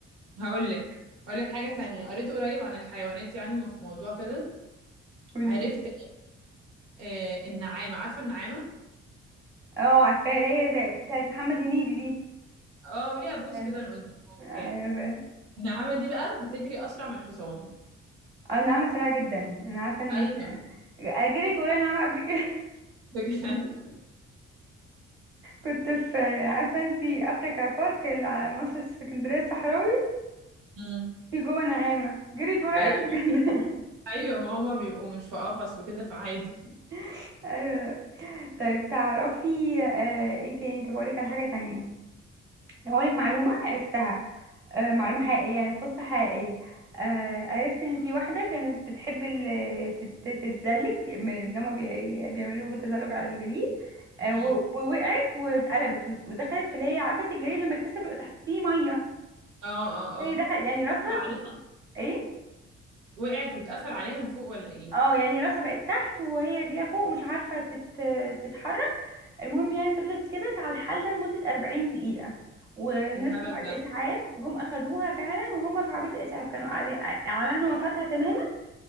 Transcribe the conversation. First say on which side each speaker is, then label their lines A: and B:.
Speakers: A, on the right; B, on the right.
A: هقول لك اقول لك حاجة تانية قريت قريب عن الحيوانات يعني ما في موضوع كده
B: قولي
A: عرفت آه النعامة عارفة النعامة
B: اه عارفاها اللي هي زي بتاعت محمد هنيدي دي
A: اه وليها بوس
B: آه،
A: كده من قدام وبتاع
B: آه،
A: النعامة دي بقى بتجري اسرع من الحصان
B: النعمة سريعة جدا انا عارفة ان
A: ايوه
B: جريت ورايا نعمة قبل كده <laughs>
A: بجد
B: كنت في عارفة انتي افريكا بارك اللي على مصر السكندرية الصحراوي
A: امم
B: في جوه نعامة جريت ورايا
A: ايوه
B: قبل كده
A: ايوه ما هما بيبقوا مش في قفص وكده فعادي
B: <laughs> ايوه لا. طيب تعرفي آه، ايه تاني طب اقولك على حاجة تانية هقولك معلومة عرفتها آه، معلومة حقيقية يعني قصة حقيقية آه، عرفت ان في واحدة كانت بتحب ال- تت- تت- تتزلج م- ان هما بي- بيعملوا تزلج على الجليد آه،
A: امم
B: و- ووقعت واتقلبت وت- ودخلت في اللي هي عارفة انت الجليد لما يتكسر بيبقى تحتيه مية
A: اه اه
B: هي دخل يعني راسها
A: اه
B: ت- ايه
A: وقعت واتقفل عليها من فوق ولا ايه
B: اه يعني راسها بقت تحت وهي رجليها فوق ومش عارفة تت... تتحرك المهم يعني فضلت كده على الحال ده لمدة 40 دقيقة والناس
A: إيه الهبل
B: بتوع الإسعاف
A: ده
B: جم أخدوها فعلا وهم في عربية الإسعاف كانوا أعل- أعلنوا وفاتها تماما